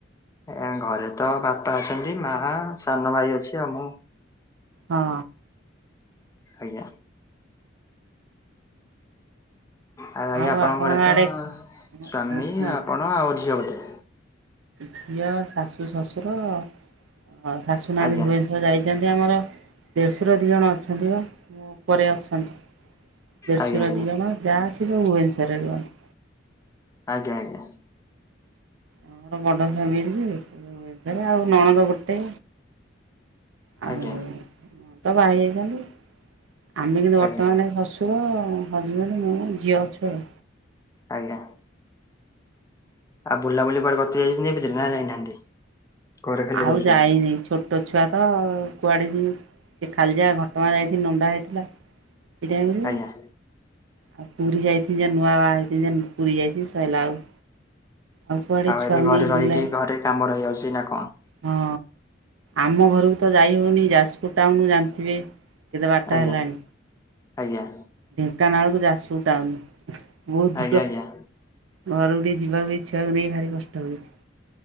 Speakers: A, on the left; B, on the right.
A: ଆଜ୍ଞା ଘରେ ତ ବାପା ଅଛନ୍ତି ମା ସାନ ଭାଇ ଅଛି ଆଉ ମୁଁ
B: ହଁ
A: ଆଜ୍ଞା ଆ ଆୟା
B: ଆଉ
A: ଆପଣଙ୍କ ଘରେ ତ
B: ଆଡେ
A: ସ୍ଵାମୀ
B: କୁହନ୍ତୁ।
A: ଆପଣ ଆଉ ଝିଅ ଗୋଟେ
B: ଝିଅ ଶାଶୁ ଶ୍ୱଶୁର ଶାଶୁ ନାହାନ୍ତି
A: ଆଜ୍ଞା
B: ଭୁବନେଶ୍ଵର ଯାଇଛି ଯେମିତି ଆମର ଦେଢ଼ଶୁର ଦୁଇ ଜଣ ଅଛନ୍ତି ବା ମୋ ଉପରେ ଅଛନ୍ତି ଦେଢଶୋ
A: ଆଜ୍ଞା
B: ର ଦି ଜଣ ଯାଆ ସେ ସବୁ ଭୁବନେଶ୍ୱରରେ ରୁହନ୍ତି
A: ଆଜ୍ଞା ଆଜ୍ଞା
B: ତାଙ୍କର ବଡ ଫ୍ୟାମିଲିରେ ଆଉ ନଣଦ ଗୋଟେ ଆଉ
A: ଆଜ୍ଞା
B: ତ ବାହାହେଇ ଯାଇଛନ୍ତି ଆମେ କିନ୍ତୁ ବର୍ତ୍ତମାନ
A: ଆଜ୍ଞା ଆଜ୍ଞା
B: ଶଶ ସୁର ହଜବେଣ୍ଡ ମୁଁ ଝିଅ ଅଛୁ ଆଉ
A: ଆଜ୍ଞା ଆଉ ବୁଲାବୁଲି କୁଆଡ କଚ ଯାଇଛନ୍ତିଆ ଭିତରେ ନା ଯାଇନାହାନ୍ତି ଘରେ ଖାଲି
B: ଆଉ
A: ରହୁଛନ୍ତି
B: ଯାଇନି ଛୋଟ ଛୋଟ ଛୁଆ ତ କୁଆଡ଼େ ଜିମି ସେ ଖାଲିଯା ଘଟଗାଁ ଯାଇଥିନି ନଣ୍ଡା ହେଇଥିଲା ସେଇଟାଇମି ରେ
A: ଆଜ୍ଞା।
B: ଆଉ ପୁରୀ ଯାଇଥିନି ଜା ନୂଆ ବାହା ହେଇଥିନି ଯେ ପୁରୀ ଯାଇଥିନି ସଇଲା ଆଉ ଆଉ କୁଆଡେ ଛୁଆକୁ
A: ଏବେ ଘରେ
B: ନେଇ
A: ରହିକି
B: ବୁଲା
A: ଘରେ କାମ ରହିଯାଉଚି ନା କଣ
B: ହଁ ଆମ ଘରକୁ ତ ଯାଇହଉନି ଯାଜପୁର ଟାଉନରୁୁ ଜାଣିଥିବେ କେତେ ବାଟ
A: ଆଜ୍ଞା
B: ହେଲାଣି।
A: ଆଜ୍ଞା
B: ଢେଙ୍କାନାଳକୁ ଯାଜପୁର ଟାଉନ୍ ବହୁତ
A: ଆଜ୍ଞା
B: ଦୂର।
A: ଆଜ୍ଞା।
B: ଘରୁ ଟିକେ ଯିବାକୁ ଇଛା <unintelligible> ଭାରି କଷ୍ଟ ହଉଛି।